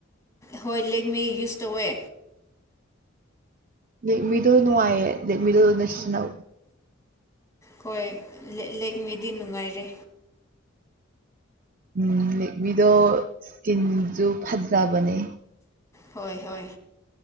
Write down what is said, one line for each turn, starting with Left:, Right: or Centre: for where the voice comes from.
Left: ꯍꯣꯏ ꯂꯦꯛꯃꯤ ꯌꯨꯁ ꯇꯧꯋꯦ
Right: ꯂꯦꯛꯃꯤꯗꯣ ꯅꯨꯡꯉꯥꯏꯌꯦ ꯂꯦꯛꯃꯤꯗꯣ ꯑꯣꯏꯅ ꯁꯤꯅꯧ
Left: ꯍꯣꯏ ꯂꯦꯛꯃꯤꯗꯤ ꯅꯨꯡꯉꯥꯏꯔꯦ
Right: ꯎꯝ ꯂꯤꯛꯕꯤꯗꯣ ꯏꯁꯀꯤꯟꯁꯨ ꯐꯖꯕꯅꯦ
Left: ꯍꯣꯏ ꯍꯣꯏ